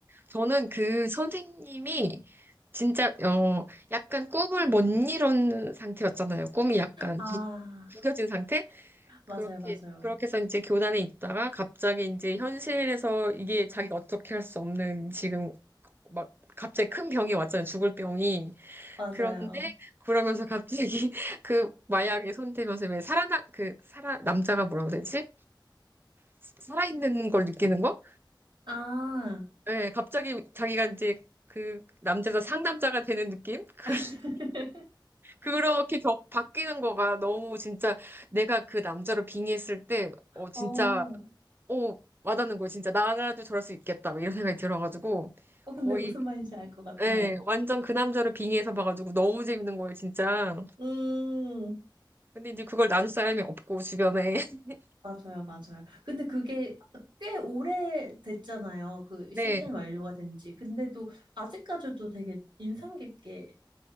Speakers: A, on the right; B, on the right.
A: 저는 그 선생님이 진짜, 어, 약간 꿈을 못 이룬 상태였잖아요. 꿈이 약간
B: 아,
A: 구- 구겨진 상태? 그렇게,
B: 맞아요, 맞아요.
A: 그렇게 해서 이제 교단에 있다가 갑자기 이제 현실에서 이게 자기가 어떻게 할 수 없는 지금 막 갑자기 큰 병이 왔잖아요. 죽을 병이.
B: 맞아요.
A: 그런데 그러면서 갑자기 <laughs> 그 마약에 손대면서 왜 살아나, 그 살아, 남자가 뭐라고 되지? 살아있는 걸 느끼는 거?
B: 아,
A: 예, 갑자기 자기가 이제 그 남자에서 상남자가 되는 느낌? <laughs>
B: <laughs>
A: 그렇게 겨- 바뀌는 거가 너무 진짜 내가 그 남자로 빙의했을 때, 어, 진짜
B: 어.
A: 오, 와닿는 거예요, 진짜. 나라도 저럴 수 있겠다. 막 이런 생각이 들어가지고,
B: 어, 근데
A: 거의,
B: 무슨 말인지 알 것 같아요.
A: 예, 완전 그 남자를 빙의해서 봐가지고 너무 재밌는 거예요, 진짜.
B: 음,
A: 근데 이제 그걸 나눌 사람이 없고, 주변에. <laughs>
B: 맞아요, 맞아요. 근데 그게 꽤 오래 됐잖아요. 그
A: 네,
B: 시즌 완료가 된 지. 근데도 아직까지도 되게 인상 깊게